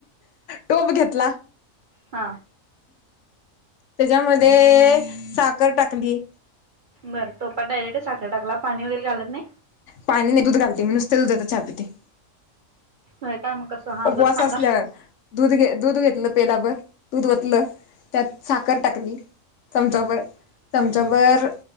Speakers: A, on the left; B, on the right.
A: टोप घेतला.
B: हा.
A: त्याच्यामध्ये साखर टाकली
B: बरं टोपा डायरेक्ट साखर टाकला पाणी वगैरे घालत नाही?
A: पाणी नाही दुध घालते, मी नुसता दुधाचा चहा पिते.
B: हो काय मग कसं? हा
A: उपवास
B: बरं सांगा
A: असल्यावर दूध घे दूध घेतलं पेलाभर, दूध वतलं त्यात साखर टाकली. चमचाभर
B: हम्म
A: चमचाभर
B: हम्म